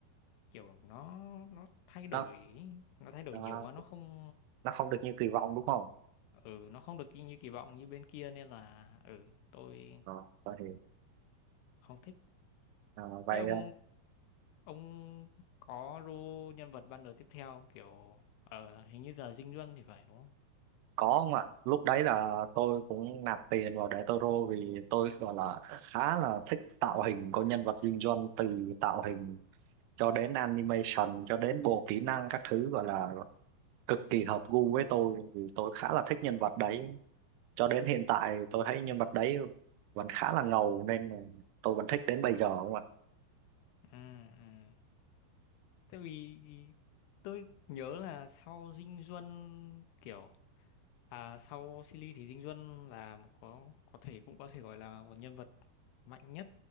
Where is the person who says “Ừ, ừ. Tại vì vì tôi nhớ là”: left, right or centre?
Left